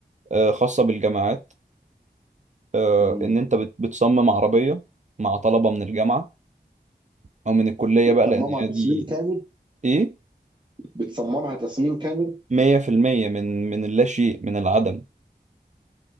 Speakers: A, on the right (about 45°); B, on the right (about 30°).
A: آه، خاصة بالجامعات آه،
B: مم.
A: إن أنت بت... بتصمم عربية مع طلبة من الجامعة او من الكلية
B: بتصممها
A: بقى لان هي دي
B: تصميم كامل
A: ايه
B: بتصممها تصميم كامل
A: مية في المية من من اللا شيء من العدم